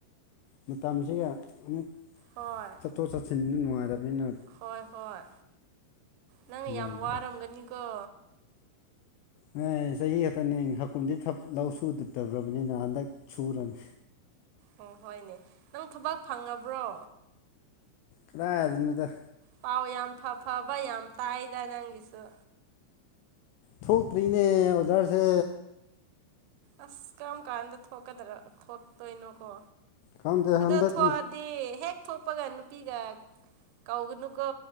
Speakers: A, on the left; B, on the right.
A: ꯃꯇꯝꯁꯤꯒ ꯑꯃꯨꯛ
B: ꯍꯣꯏ
A: ꯆꯠꯊꯣꯛ ꯆꯠꯁꯤꯟꯗꯨ ꯅꯨꯡꯉꯥꯏꯗꯕꯅꯤꯅ
B: ꯍꯣꯏ ꯍꯣꯏ ꯅꯪ
A: ꯑꯗꯨꯒꯤꯅꯤꯗ
B: ꯌꯥꯝ ꯋꯥꯔꯝꯒꯅꯤꯀꯣ
A: ꯅ ꯆꯍꯤ ꯈꯇꯅꯤ ꯍꯥꯀꯨꯨꯝꯗꯤ ꯊ ꯂꯧ ꯁꯨꯗꯗ꯭ꯔꯕꯅꯤꯅ ꯍꯟꯗꯛ ꯁꯨꯔꯅꯤ
B: ꯑꯣ ꯍꯣꯏꯅꯦ ꯅꯪ ꯊꯕꯛ ꯐꯪꯉꯕ꯭ꯔꯣ
A: ꯀꯗꯥꯏꯗꯩꯩꯅꯣꯗ
B: ꯄꯥꯎ ꯌꯥꯝ ꯐ ꯐꯕ ꯌꯥꯝ ꯇꯥꯏꯗ ꯅꯪꯒꯤꯁꯨ
A: ꯊꯣꯛꯇ꯭ꯔꯤꯅꯦ ꯑꯣꯗꯔꯁꯦ
B: ꯑꯁ ꯀꯔꯝ ꯀꯥꯟꯗ ꯊꯣꯛꯀꯗ꯭ꯔ ꯊꯣꯛꯇꯣꯏꯅꯣꯀꯣ
A: ꯈꯪꯗꯦ ꯍꯟꯗꯛ
B: ꯑꯗꯣ ꯊꯣꯛꯑ ꯗꯤ ꯍꯦꯛ ꯊꯣꯛꯄꯒ ꯅꯨꯄꯤꯒ ꯀꯧꯒꯅꯨꯀꯣ